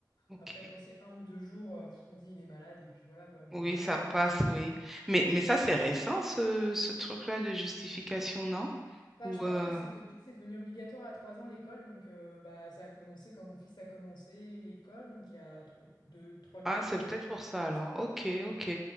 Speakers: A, in the centre; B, on the left.
A: OK.
B: Après, quand c'est un ou deux jours, euh, pff, on dit il est malade et puis voilà quoi. Mais,
A: Oui,
B: euh,
A: ça passe, oui. Mais, mais ça, c'est récent, ce, ce truc-là de justification, non?
B: Bah,
A: Ou...
B: je pense
A: euh,
B: que c'est depuis que c'est devenu obligatoire à 3 ans l'école. Donc, euh, bah, ça a commencé quand mon fils a commencé l'école, donc il y a tro- 2, trois,
A: Ah,
B: trois
A: c'est peut-être
B: ans, voilà,
A: pour
B: un truc
A: ça
B: comme
A: alors.
B: ça.
A: Ok,
B: Ouais,
A: ok.